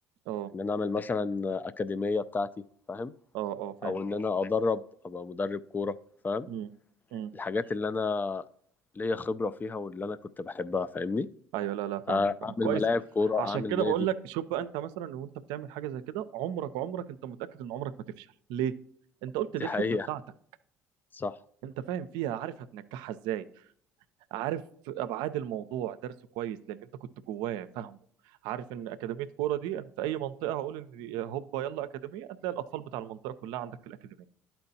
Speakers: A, on the right; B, on the left.
A: اه
B: ان انا اعمل مثلا اكاديميه بتاعتي فاهم
A: اه اه فاهم
B: او ان انا ادرب ابقى مدرب كوره فاهم
A: مم. مم.
B: الحاجات اللي انا ليا خبرة فيها واللي انا كنت بحبها فاهمني
A: ايوه لا لا فاهمك
B: آه،
A: فاهمك
B: اعمل
A: كويس
B: ملاعب كورة
A: عشان
B: اعمل
A: كده
B: نادي
A: بقول لك شوف بقى انت مثلا وانت بتعمل حاجه زي كده عمرك عمرك انت متاكد ان عمرك ما تفشل ليه انت قلت
B: دي
A: دي الحته
B: حقيقة
A: بتاعتك
B: صح
A: انت فاهم فيها عارف هتنجحها ازاي عارف ابعاد الموضوع درسه كويس لان انت كنت جواه فاهمه عارف ان اكاديميه كوره دي انا في اي منطقه هقول ان دي- هوبا يلا اكاديميه هتلاقي الاطفال بتاع المنطقه كلها عندك في الاكاديميه